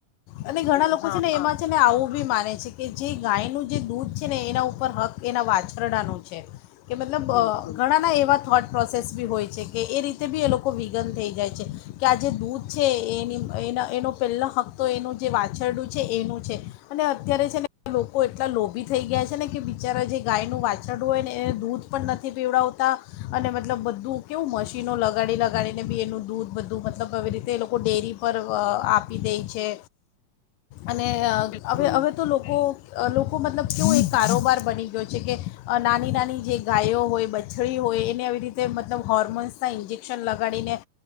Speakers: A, on the left (about 80°); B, on the left (about 65°).
A: અને
B: બિલકુલ
A: ઘણા લોકો
B: હા
A: છે, ને
B: હા
A: એમાં છે, ને આવું બી માને છે. કે જે ગાયનું જે દૂધ છે ને એના ઉપર હક્ક એના વાછરડાનો છે. કે મતલબ
B: બિલકુલ
A: ઘણાના એવા થોટ પ્રોસેસ ભી હોય છે કે એ રીતે બી એ લોકો વિઘન થઈ જાય છે. કે આ જે દૂધ છે એની એ એનો પહેલો હક્તો એનું જે વાછરડું છે એનું છે‌. અને અત્યારે છે ને લોકો એટલા લોભી થઈ ગયા છે ને કે બિચારા જે ગાયનું વાછરડું હોય ને એ દૂધ પણ નથી પીવડાવતા અને મતલબ બધું કેવું મશીનો લગાડી લગાડીને ભી એનું દૂધ બધું મતલબ એવી રીતે એ લોકો ડેરી પર આપી દે છે. અને
B: બિલકુલ
A: હવે હવે તો લોકો લોકો મતલબ કેવુએ એ કારોબાર બની ગયો છે કે નાની નાની જે ગાયો હોય બ વાછળી હોય એને આવી રીતે મતલબ હોર્મોન્સના ઇન્જેક્શન લગાડીને